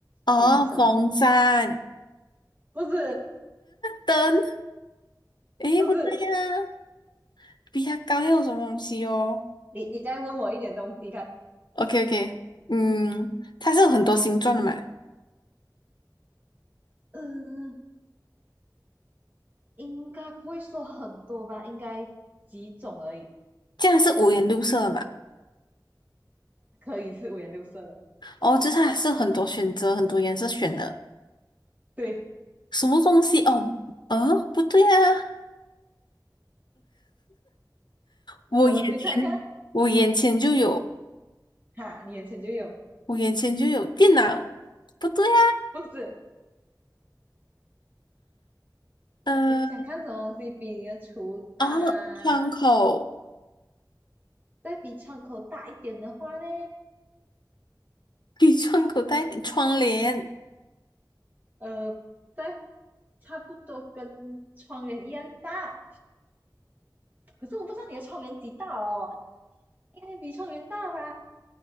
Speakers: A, on the left; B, on the right.
A: 哦，
B: 可以这样说吧？
A: 风扇、
B: 不是，
A: 灯。诶，
B: 不是，
A: 不对呀、啊比它高还有什么东西哦
B: 你你再问我一点东西看，
A: ？OK OK，嗯，它是有很多形状的嘛，
B: 嗯，应该不会说很多吧？应该几种而已，
A: 这样是五颜六色的嘛？
B: 可以是五颜六色的。
A: 哦，就是它是有很多选择，很多颜色选的。
B: 对，
A: 什么东西？哦，呃，不对呀、啊我眼前我眼前就有，
B: 怎么你猜看？哈，你眼前就有，
A: 我眼前就有电脑，不对呀、
B: 不是。
A: 呃。
B: 你想看什么东西比你的厨大啊？
A: 哦，窗口
B: 再比窗口大一点的话呢，
A: 比窗口带点，窗帘。
B: 呃，再差不多跟窗帘一样大。可是我不知道你的窗帘几大哦，应该比窗帘大吧？